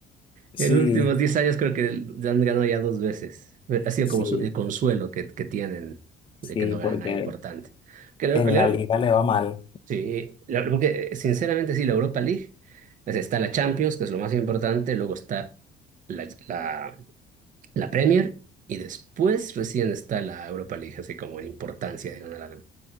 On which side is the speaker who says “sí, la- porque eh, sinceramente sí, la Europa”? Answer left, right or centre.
Right